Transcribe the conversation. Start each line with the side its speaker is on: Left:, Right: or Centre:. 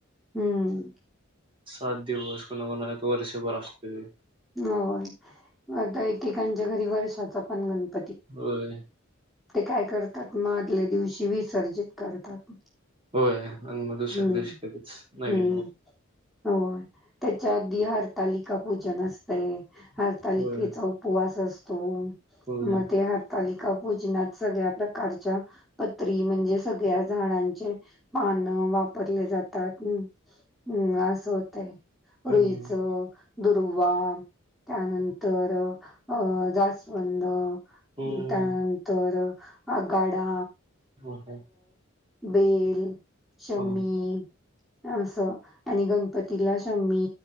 Centre: हम्म
Right: सात दिवस कोणा कोणाच्यात वर्षभर असतोय
Centre: होय आता एकेकांच्या घरी वर्षाचा पण गणप
Right: होय.
Centre: ते काय करतात म आदल्या दिवशी विसर्जित करतात
Right: होय आणि मग दुसऱ्या
Centre: हम्म
Right: दिवशी लगेच नवीन
Centre: हम्म
Right: मग.
Centre: हो त्याच्या अदि हरतालिका पूजन न <unintelligible> हरतालिकेचा
Right: होय
Centre: उपवास असतो
Right: होय
Centre: मग ते हरतालिका पूजनात सगळ्या प्रकारच्या पत्री म्हणजे सगळ्या झाडांचे पान वापरले जातात अम अम होतय
Right: हम्म
Centre: रुईच दुर्वा त्यानंतर अ जास्वंद
Right: हम्म
Centre: त्यानंतर अगाडा
Right: हो हो.
Centre: बेल शमी
Right: अ
Centre: असं आणि गणपतीला शमी